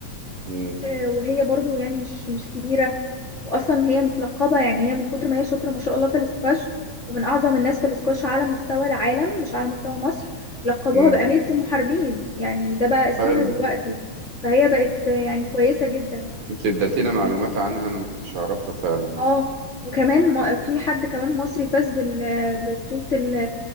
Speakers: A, on the right; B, on the left.
A: مم.
B: آه، وهي برضو يعني مش مش كبيرة وأصلا هي متلقبة يعني هي من كتر ما هي شاطرة ما شاء الله في الاسكواش ومن أعظم الناس في الاسكواش على مستوى العالم مش على مستوى مصر لقبوها
A: مم.
B: بأميرة المحاربين يعني ده بقى اسمها
A: حلو
B: دلوقتي فهي بقت آه، يعني كويسة جدا
A: انت اديتينا معلومات عنها انا ما كنتش اعرفها فعلا
B: اه وكمان ما- في حد كمان مصري فاز بال ببطولة ال-